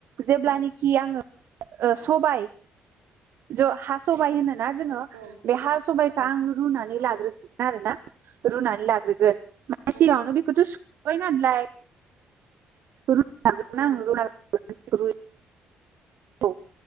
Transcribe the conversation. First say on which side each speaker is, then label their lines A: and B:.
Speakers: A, on the right; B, on the right.
A: जेब्लानिखि आङो ओ सबाय ज हा सबाइ होनोना जोङो
B: औ
A: बे हा सबाइ सां रुनानै
B: औ
A: लाग्रो आरोना रुनानै लाग्रोगोन <unintelligible>
B: औ औ
A: ओइ मा ओनलाय रु <unintelligible>
B: औ नंगौ
A: रुम। औ